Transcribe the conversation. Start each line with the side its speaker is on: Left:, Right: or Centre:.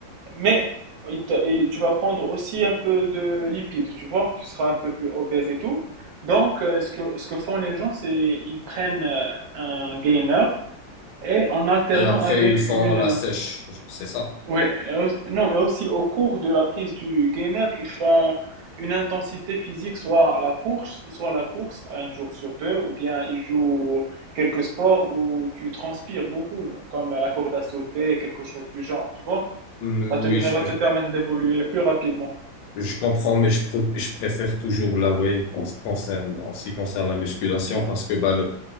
Right: mais il te- et tu vas prendre aussi un peu de lipides, tu vois, tu seras un peu plus obèse et tout. Donc, euh, ce que, ce que font les gens, c'est ils prennent euh, un gainer et en alternant
Left: Et après,
Right: avec
Left: ils font
Right: une...
Left: la
Right: euh,
Left: sèche, c'est ça?
Right: ouais, et au- non, et aussi au cours de la prise du gainer, ils font une intensité physique, soit la course, soit la course, un jour sur deux, ou bien ils jouent quelques sports où tu transpires beaucoup, comme la corde à sauter, quelque chose du genre, tu vois.
Left: Mm,
Right: Ça
Left: Oui,
Right: te, ça
Left: je,
Right: va te
Left: je-
Right: permettre d'évoluer plus rapidement.
Left: je comprends, mais je, pr- je préfère toujours la whey en ce qui concerne, en ce qui concerne la musculation
Right: Ouais,
Left: parce que bah, le,